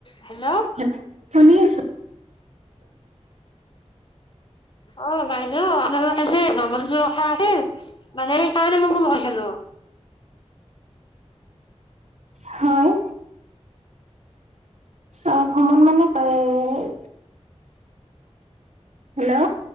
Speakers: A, on the left; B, on the right.
A: Hello.
B: হেল শুনি আছো।
A: উম। অ বাইদেউ আপোনালোকে যে নামত যোৱা কথা আছিল। মানে সেইকাৰণে মই কোনো নেখেলো।
B: হয় অ ভ্ৰমণ মানে এই। হেল্ল'।